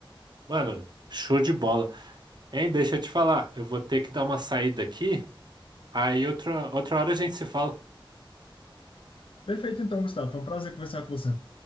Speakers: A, on the right; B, on the left.
A: Mano, show de bola. Hein, deixa eu te falar, eu vou ter que dar uma saída aqui, aí outra, outra hora a gente se fala.
B: Perfeito, então, Gustavo. Foi um prazer conversar com você.